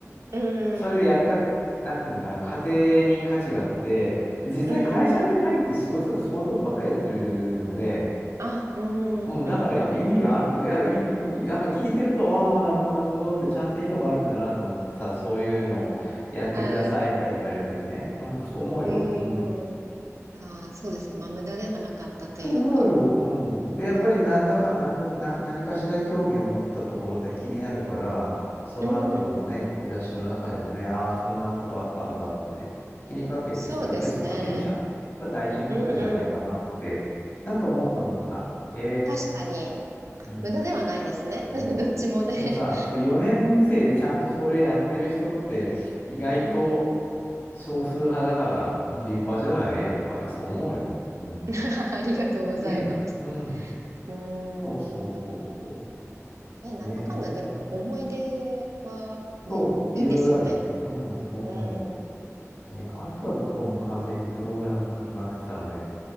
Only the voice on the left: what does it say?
それでやった、
なんていうのかな、家庭に価値があって、で実際会社に入って仕事するとそういうことばっかりやってるので、
うん、
だからやっぱ意味がある、
いや、いいなんか聞いてると、ああ、なるほど、なるほどって、ちゃんと意図があるんだなと思ってさ、そういうのをやってくださいみたいに言われるときね。
うん、そう思うよ。
うん。
と思うよ。うん。で、やっぱりなんだか、
なんだ、な、何かしら興味を持ったところって気になるから、その後のね、
暮らしの中でもね、ああ、そんなことあったんだってね、気にかけてさ、
ニュースとか見るじゃん。やっぱ大事なことじゃないかなって、
なんか思った思った。ええ
うん。
そうだよ。
でもさ、そう4年生でちゃんとそれやってる人って意外と
少数派だから、もう立派じゃないやっぱりそう思うよ。うん。
ねえ。うん。
そうそうそうそ
う。ねえ。そう、
いろいろあるよね。うん、そう思
う。ねえ、あとは僕はもう完全にプログラムを書きまくってたので、